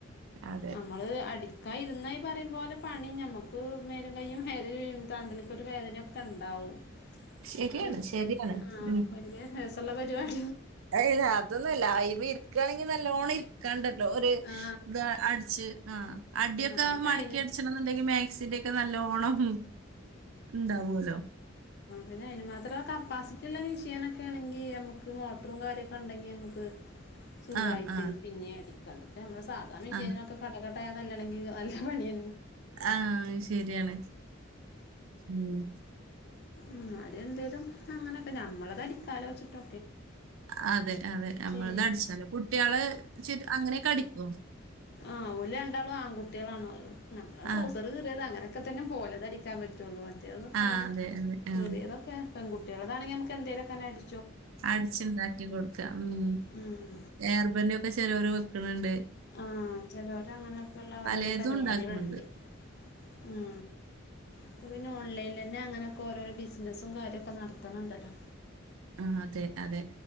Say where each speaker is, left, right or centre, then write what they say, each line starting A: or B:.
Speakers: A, on the right (about 85°); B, on the left (about 55°).
A: അതെ
B: നമ്മള് അടി ക ഇരുന്നായി പറയുമ്പോലെ അത് പണി ഞമ്മക്ക് മേലും കയും വേദനയും താണ്ടെല്ലുക്കൊരു വേദനൊക്കെണ്ടാവും <unintelligible>
A: ശരിയാണ്
B: ആ
A: ശരിയാണ് ഉം
B: വല്ല്യ രസ് എന്നാ പരിപാട്
A: ഏയ് അതൊന്നുമല്ല അയിമ് ഇരിക്കയാണെങ്ക നല്ലോണ്ണം ഇരിക്കാണ്ട് ഒരു
B: ആ
A: ഇത് അടിച്ച് ആ അടിയൊക്കെ
B: ആ പിന്നെ
A: മടക്കി
B: അതിന്
A: അടിച്ചണുണ്ടെങ്കിൽ മാക്സിന്റെ ക്കെ നല്ലോണം ണ്ടാവൂലോ
B: ന്നെ അയ്ന് മാത്രം കപ്പാസിറ്റി ഉള്ള മിഷ്യനൊക്കെ ആണെങ്കി നമുക്ക് മോട്ടറും കാര്യൊക്കെ ഉണ്ടെങ്കി നമുക്ക് സുഖമായിട്ട്
A: ആ ആ
B: പിന്നെ അടിക്ക അതൊക്കെ നമ്മള് സാധാ മിഷ്യനൊക്കെ
A: ആ
B: <unintelligible> <unintelligible> ണെങ്കിൽ നല്ല പണിയ
A: ആ ശരിയാണ്. മ്.
B: ന്നാലു എന്തേലും അങ്ങനൊക്കെ ഞമ്മളത് അടിക്കാലോ വച്ചിട്ടൊ
A: അതെ അതെ നമ്മൾത്
B: ചെയ്യും
A: അടിച്ചാല്ലോ. കുട്ടിയേളെ അങ്ങനെക്കെ അടിക്കോ?
B: ആ ഓല് രണ്ടാളും ആൺകുട്ടിയേളാണ്. അഹ് നമ്മളാ ട്രൗസർ
A: ആ
B: കീറിയത് അങ്ങനെയൊക്കെ തന്നെ പ്പോലത് അടിക്കാൻ പറ്റൊള്ളൂ. മ റ്റതൊന്നും പ്പ
A: ആ
B: ങ്ങനെ
A: അതെ അതെ
B: കീറിയതൊക്കെ
A: ആ
B: പെൺകുട്ടിയേൾതാണെങ്കി നമക്ക് എന്തേലൊക്കെങ്ങനെ അടി
A: അടിച്ച് ണ്ടാക്കി കൊടുക്കാ. മ്
B: ഉം
A: ഏർബൻ്റ് ഇപ്പൊ ചെലോര് വെക്കണ് ണ്ട്.
B: ആ.. ചെലോരങ്ങനെയൊക്കെള്ള ഓരോരോ
A: പലതും
B: പരിപാടികള്ണ്ട്.
A: ഉണ്ടാക്കുന്നുണ്ട്
B: മ് ഇപ്പപിന്നെ ഓൺലൈൻ ലെന്നെ അങ്ങനൊക്കൊ ഓരോരോ ബിസ്നസ് ഉം കാര്യൊക്കെ നടത്ത് ണ് ണ്ടല്ലോ
A: ആ അതെ അതെ.